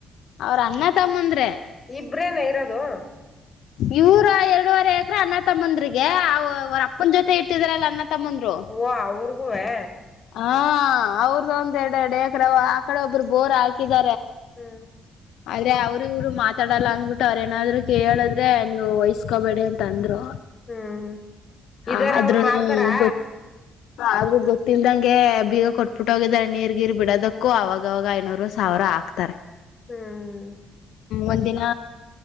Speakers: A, on the left; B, on the left.
A: ಅವ್ರ ಅಣ್ಣ ತಮ್ಮಂದ್ರೆ.
B: ಇಬ್ರೇನ ಇರೋದು
A: ಇವರ ಎರಡೂುವರೆ ಎಕ್ರ ಅಣ್ಣ ತಮ್ಮಂದಿರಿಗ್ ಅವರ ಅಪ್ಪನ ಜೊತೆ ಇಟ್ಟಿದ್ರಲ್ಲ ಅಣ್ಣ ತಮ್ಮಂದ್ರು
B: ಓ ಅವರುಗುವೇ.
A: ಹಾ ಅವ್ರದ ಒಂದ್ ಎರಡು ಎರಡು ಎಕ್ರ ಆ ಕಡೆ ಒಬ್ಬರು ಬೋರ್ ಹಾಕಿದ.
B: ಹ್ಮ್
A: ಆದ್ರೆ ಅವ್ರ ಇವರು. ಮಾತಾಡಲ್ಲ ಅಂದ್ಬಿಟ್ಟು ಅವ್ರ ಏನಾದ್ರು ಕೇಳಿದ್ರೆ. ಅದೇ ನೀವು ವಯಸ್ಕೋಬೇಡಿ ಅಂತ ಅಂದ್ರು
B: ಹ್ಮ್ ಇದಾರ
A: ಆದ್ರೂನು
B: ಅವರು ಮಾಡ್ತಾರಾ.
A: ಗೊತ್ತ ಆದ್ರೂ ಗೊತ್ತಿಲ್ದಂಗೆ ಬೀಗ ಕೊಟ್ಬಿಟ್ಟ ಹೋಗಿದ್ದಾರೆ ನೀರ್ ಗೀರ್ ಬಿಡೋದಕ್ಕೂ ಅವಾಗವಾಗ ಐನೂರು ಸಾವಿರ ಹಾಕ್ತಾರೆ
B: ಹ್ಮ್
A: ಒಂದ್ ದಿನ